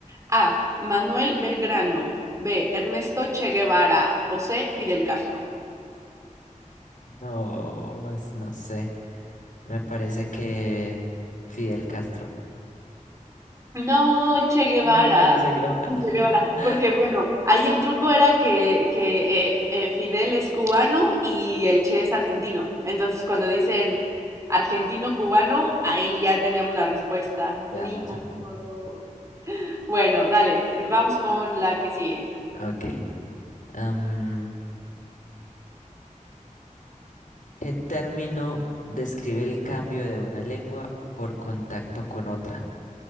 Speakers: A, on the right; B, on the left.
A: A. Manuel Belgrano. B. Ernesto Che Guevara. O C. Fidel Castro.
B: No, es- no sé, me parece que Fidel Castro.
A: No, Che Guevara.
B: No, el Che Guevara.
A: Che Guevara.
B: <laughs>
A: Porque bueno, ahí el truco era que, que eh, eh, Fidel es cubano y el Che es argentino. Entonces cuando dicen argentino-cubano, ahí ya teníamos la respuesta.
B: Ya,
A: Ni modo.
B: ya,
A: Bueno, dale, vamos con la que sigue.
B: ok. Am, ¿qué término describe el cambio de una lengua por contacto con otra?